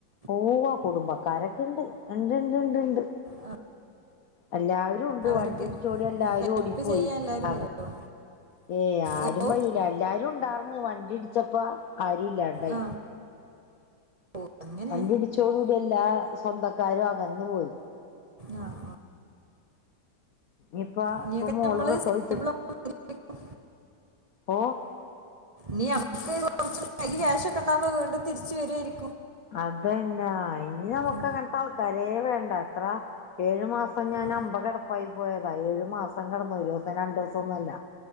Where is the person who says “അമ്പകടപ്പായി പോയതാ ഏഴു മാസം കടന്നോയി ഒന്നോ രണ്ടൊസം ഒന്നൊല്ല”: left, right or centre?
Left